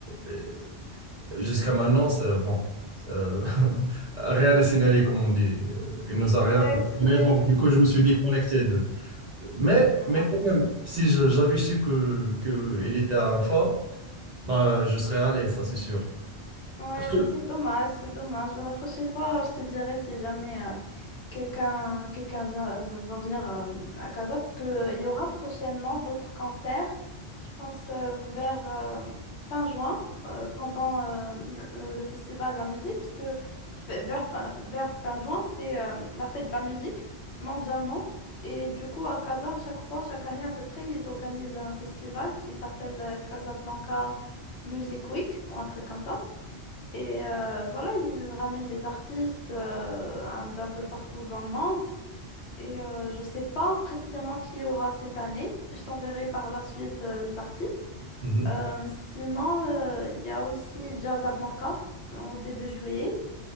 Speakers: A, on the right; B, on the left.
A: et jusqu'à maintenant, c'est bon. euh, <laughs> rien n'est signalé, comme on dit. Euh, Il nous a rien
B: Ouais, c'est
A: donné.
B: vrai.
A: Donc, du coup, je me suis déconnecté mais,
B: Hum.
A: mais quand même, si je- j'avais su que, que il était à Anfa, bah, je serais allé, ça c'est sûr.
B: Ouais,
A: Parce que-
B: bah c'est dommage, c'est dommage. Bah, La prochaine fois, je te dirai si jamais euh, quelqu'un quelqu'un vient- va venir euh, à Casa, parce que euh, il y aura prochainement d'autres concerts, je pense euh, vers euh, fin juin, euh, pendant euh, le, le festival de la musique, parce que fe- vers fin, vers fin juin, c'est euh, la fête de la musique mondialement. Et du coup, à Casa, à chaque fois, chaque année à peu près, ils organisent un festival qui s'appelle euh, Casablanca Music Week, ou un truc comme ça. Et euh, voilà, ils ramènent des artistes euh, un- d'un peu partout dans le monde. Et euh, je ne sais pas précisément qui y aura cette année. Je t'enverrai par la suite euh, les artistes.
A: Mhm.
B: Euh, sinon, euh, il y a aussi Jazzablanca en début juillet.